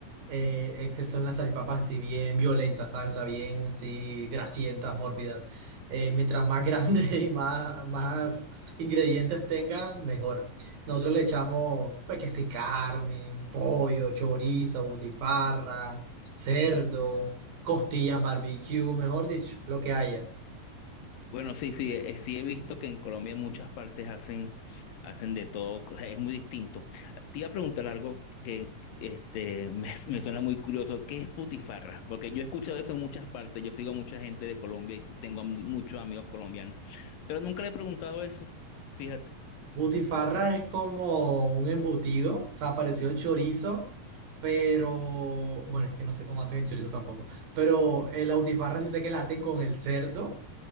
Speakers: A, on the right; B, on the left.
A: eh, es que son las salchipapas así bien violentas, ¿sabes? O sea, bien así grasientas, mórbidas. Eh, mientras más grande <laughs> y más, más ingredientes tengan, mejor. Nosotros le echamos, pues, que sí, carne, pollo, chorizo, butifarra, cerdo, costillas, barbecue, mejor dicho, lo que haya.
B: Bueno, sí, sí, eh, sí he visto que en Colombia muchas partes hacen, hacen de todo, o sea, es muy distinto. Te iba a preguntar algo que este, <laughs> me, me suena muy curioso, ¿qué es putifarra? Porque yo he escuchado eso en muchas partes, yo sigo a mucha gente de Colombia y tengo a mu- muchos amigos colombianos, pero nunca le he preguntado eso, fíjate.
A: Butifarra es como un embutido, o sea, pareció el chorizo, pero bueno, es que no sé cómo hacen el chorizo tampoco, pero eh, la butifarra sí sé que la hacen con el cerdo,